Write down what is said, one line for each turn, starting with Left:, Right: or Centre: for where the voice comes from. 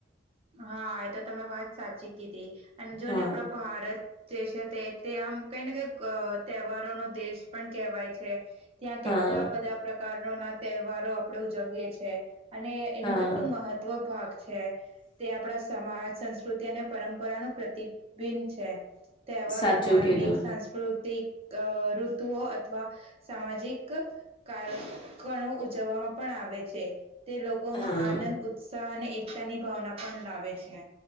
Right: હા એ તો તમે વાત સાચી કીધી. અને જોને
Left: હા
Right: આપડે ભારત જે છે તે તે આમ કઈ ને કઈક અ તહેવારોનો દેશ પણ કેહેવાય છે. ત્યાં
Left: હા
Right: કેટલા બધા પ્રકારનો ના તહેવારો આપણેે ઉજવીએ છે. અને એનું
Left: હા
Right: કેટલું મહત્વ ભાગ છે. તે આપણા સમાજ, સંસ્કૃતિ અને પરંપરાનું પ્રતિબિન છે. તહેવારો
Left: સાચું
Right: ધાર્મિક,
Left: કીધું
Right: સાંસ્કૃતિક અ ઋતુઓ અથવા સામાજિક કાર કણો ઉજવવામાં પણ આવે છે. તે લોકોમાં
Left: હા
Right: આનંદ, ઉત્સાહ અને એકતાની ભાવના પણ લાવે છે.